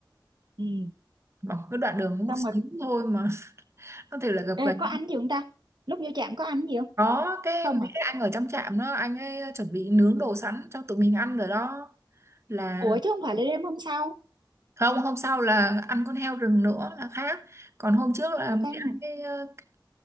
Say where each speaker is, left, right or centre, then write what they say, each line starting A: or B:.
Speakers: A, on the right; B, on the right.
A: ừ.
B: Bằng cái đoạn đường một
A: xong
B: xíu
A: rồi
B: thôi mà <laughs> có thể là gặp
A: ê
B: gần
A: có ăn gì không ta lúc vô trạm có ăn gì không
B: có cái
A: không
B: mấy
A: hả
B: cái anh ở trong trạm đó anh ấy chuẩn bị nướng đồ sẵn cho tụi mình ăn rồi đó là
A: ủa chứ không phải là đêm hôm sau
B: không hôm sau là ăn con heo rừng nữa là khác còn hôm trước là
A: ở
B: mới
A: khác nào
B: ăn cái, ờ, cái